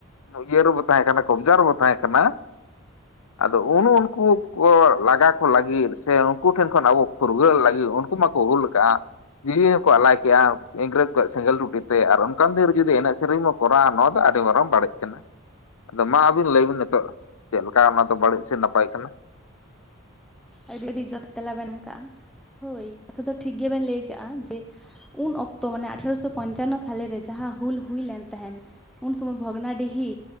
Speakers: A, on the left; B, in the centre.
A: ᱤᱭᱟᱹ ᱨᱮᱵᱚ ᱛᱟᱦᱮᱸ ᱠᱟᱱᱟ ᱠᱚᱵᱽᱡᱟ ᱨᱮᱵᱚ ᱛᱟᱦᱮᱸ ᱠᱟᱱᱟ ᱟᱫᱚ ᱩᱱ ᱩᱱᱠᱩ ᱠᱚ ᱞᱟᱜᱟ ᱠᱚ ᱞᱟᱹᱜᱤᱫ ᱥᱮ ᱩᱱᱠᱩ ᱴᱷᱮᱱ ᱠᱷᱚᱱ ᱟᱵᱚ ᱯᱷᱩᱨᱜᱟᱹᱞ ᱞᱟᱹᱜᱤᱫ ᱡᱮ ᱩᱱᱠᱩ ᱢᱟᱠᱚ ᱦᱩᱞ ᱠᱟᱜᱼᱟ᱾ ᱡᱤᱣᱤ ᱦᱚᱸᱠᱚ ᱟᱞᱟᱭ ᱠᱮᱜᱼᱟ ᱤᱝᱨᱮᱡᱽ ᱠᱚᱣᱟᱜ ᱥᱮᱸᱜᱮᱞ ᱴᱩᱴᱤ ᱛᱮ ᱟᱨ ᱚᱱᱠᱟᱱ ᱫᱤᱱ ᱨᱮ ᱡᱩᱫᱤ ᱮᱱᱮᱡ ᱥᱮᱨᱮᱧ ᱠᱚᱨᱟᱣᱟ ᱱᱚᱣᱟ ᱫᱚ ᱟᱹᱰᱤ ᱢᱟᱨᱟᱝ ᱵᱟᱹᱲᱤᱡ ᱠᱟᱱᱟ᱾ ᱟᱫᱚ ᱢᱟ ᱟᱹᱵᱤᱱ ᱞᱟᱹᱭ ᱵᱤᱱ ᱱᱤᱛᱚᱜ ᱪᱮᱫ ᱞᱮᱠᱟ ᱚᱱᱟ ᱫᱚ ᱵᱟᱹᱲᱤᱡ ᱥᱮ ᱱᱟᱯᱟᱭ? ᱠᱟᱱᱟ
B: ᱟᱹᱰᱤ ᱟᱹᱰᱤ ᱡᱚᱛ ᱛᱮᱞᱟᱵᱮᱱ ᱮᱢ ᱠᱟᱜᱼᱟ᱾ ᱦᱳᱭ ᱠᱟᱛᱷᱟ ᱫᱚ ᱴᱷᱤᱠ ᱜᱮᱵᱮᱱ ᱞᱟᱹᱭ ᱠᱟᱜᱼᱟ᱾ ᱡᱮ ᱩᱱ ᱚᱠᱛᱚ ᱢᱟᱱᱮ ᱟᱴᱷᱟᱨᱚᱥᱚ ᱯᱚᱧᱪᱟᱱᱱᱚ ᱥᱟᱞᱮᱨᱮ ᱡᱟᱦᱟᱸ ᱦᱩᱞ ᱦᱩᱭ ᱞᱮᱱ ᱛᱟᱦᱮᱸᱱ ᱩᱱ ᱥᱚᱢᱚᱭ ᱵᱷᱚᱜᱽᱱᱟᱰᱤᱦᱤ